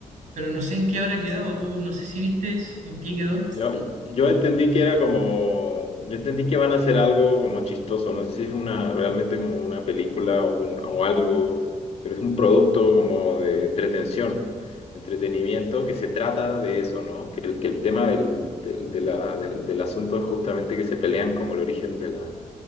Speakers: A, on the right (about 65°); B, on the left (about 50°).
A: pero no sé en qué habrá quedado. Tú no sé si viste en qué quedó.
B: Yo, yo entendí que era como, yo entendí que van a hacer algo como chistoso, no sé si es una, realmente como una película o, un- o algo, pero es un producto como de entretención, entretenimiento que se trata de eso, ¿no? Que, el- que el tema del, del, de la- del, del asunto es justamente que se pelean como el origen de la,